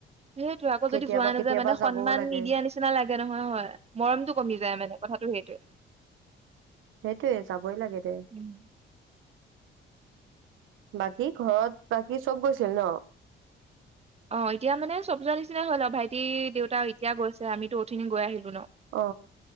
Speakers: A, on the right; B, on the right.
A: সেইটো আকৌ
B: কেতিয়াবা
A: যদি যোৱা নাযায়
B: কেতিয়াবা
A: মানে সন্মান
B: যাবও লাগে
A: নিদিয়া নিচিনা লাগে নহয় হয়। মৰমটো কমি যায় মানে কথাটো সেইটোৱে।
B: সেইটোৱে যাবই লাগে দে।
A: উম
B: বাকী ঘৰত বাকী চব গৈছিল ন?
A: অ, এতিয়া মানে চব যোৱা নিচিনা হল আৰু ভাইটি দেউতা এতিয়া গৈছে আমিতো অথিনি গৈ আহিলো ন।
B: অ,